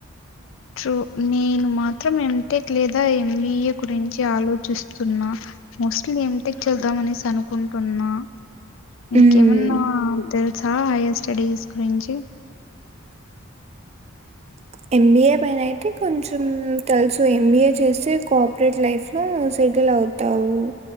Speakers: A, on the left (about 65°); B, on the right (about 30°).
A: చు నేను మాత్రం ఎ టెక్ లేదా ఎంబఏ గురించి ఆలోచిస్తున్నా మోస్ట్లీ ఎ టెక్ చూద్దాం అనేసి కుంటన్నా
B: మ్మ్
A: ఇక ఏమన్నా తె సా హైయర్ స్టడీస్ గురించి
B: ఆ ఎంబీఏ పైన అయితే కొంచెం తెలుసు ఎంబీఏ చేస్తే కోఆపరేట్ లైఫ్ ఉ సెటిల్ అవుతావు